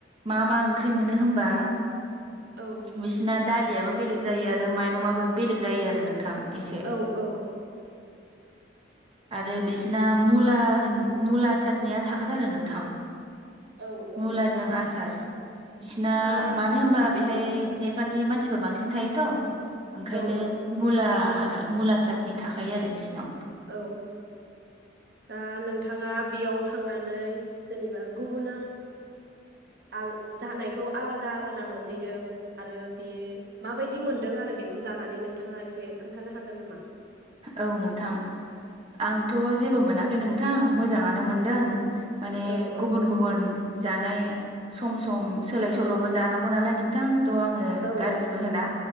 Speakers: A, on the right; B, on the right.
A: मा मा ओंख्रि मोनो होनबा
B: औ
A: बिसना दालियाबो बेलेग जायो आरो माइरंआबो बेलेग जायो आरो नोंथां एसे
B: औ औ
A: आरो बिसिना मुला होन मुला थातनिया थाखाथारो नोंथां
B: औ औ
A: मुलाजों आसार बिसिना
B: दा
A: मानो होनबा बेहाय
B: औ
A: नेपालि मान सिफोर बांसिन थायोथ' ओंखायनो
B: औ औ
A: मुला आर आरो मुला सादनि थाखायो आरो बिसिनाव
B: औ दा नोंथाङा बेयाव थांनानै जेनेबा गुबुुन आ जानायखौ आलादा आलादा मोनहैदों आरो बे माबायदि मोनदों आरो बेखौ जानानै नोंथाङा एसे खोन्थानो हागोन नामा।
A: औ नोंथां आंथ' जेबो मोनाखै नोंथां मोजाङानो मोनदों। माने
B: औ औ
A: गुबुन गुबुन जानाय सम सम सोलाय सोल'बो जानांगौ नालाय नोंथां थ' आङो
B: औ
A: गाज्रिबो होना